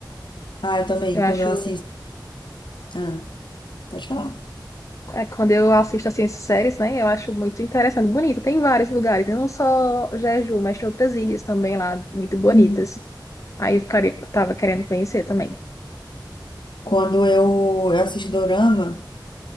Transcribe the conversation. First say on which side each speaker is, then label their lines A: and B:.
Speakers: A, on the left (about 80°); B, on the left (about 40°).
A: Ah, eu também,
B: Eu
A: quando
B: acho.
A: eu assisto. Ah, pode falar.
B: é, quando eu assisto assim, essas séries, né, eu acho muito interessante, bonito. Tem vários lugares, né, não só Jeju, mas tem outras ilhas também lá, muito bonitas.
A: Uhum.
B: Aí eu ficaria, tava querendo conhecer também.
A: Quando eu, eu assisto dorama,